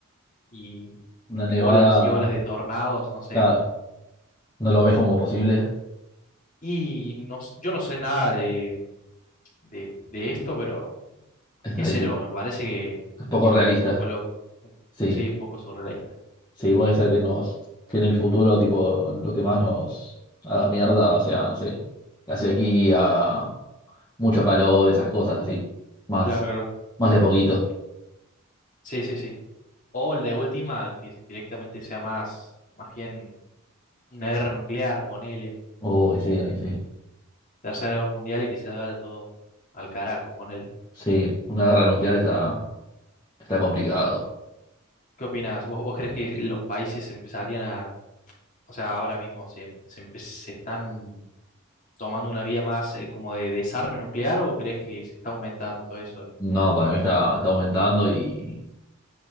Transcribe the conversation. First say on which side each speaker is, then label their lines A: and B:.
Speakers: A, on the left; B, on the left.
A: y
B: Una nevada,
A: olas y olas de tornados, no sé.
B: claro, no lo ves como posible,
A: Y no, s- yo no sé nada de, de, de esto, pero
B: está
A: qué sé
B: difícil.
A: me parece que,
B: Es poco
A: que
B: realista.
A: un poco loco.
B: Sí,
A: Sí, poco surrealista.
B: sí, puede ser que nos, que en el futuro, tipo, lo que más nos haga mierda sea, no sé, la sequía, mucho calor, esas cosas así. Más,
A: Claro, claro.
B: más de a poquito.
A: Sí, sí, sí. O el de última, que directamente sea más, más bien una guerra nuclear, ponele,
B: Uy,
A: o
B: sí,
A: un
B: ahí sí.
A: Tercera Guerra Mundial y que se vaya todo al carajo, ponele.
B: Sí, una guerra nuclear está, está complicado.
A: ¿Qué opinas? ¿Vos, vos crees que los países empezarían a, o sea, ahora mismo se, se, empe- se están tomando una vía más eh, como de desarme nuclear o crees que se está aumentando todo eso?
B: No, para mí está, está aumentando y.